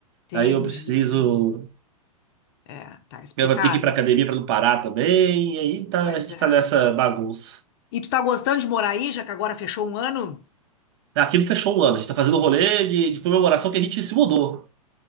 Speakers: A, on the left; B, on the right.
A: entendi.
B: Aí eu preciso
A: É, tá explicado.
B: Eu vou ter que ir pra academia pra não parar também. E aí tá,
A: Pois
B: a gente
A: é.
B: tá nessa bagunça.
A: E tu tá gostando de morar aí, já que agora fechou um ano?
B: Aquilo fechou um ano. A gente tá fazendo um rolê de, de comemoração que a gente se mudou.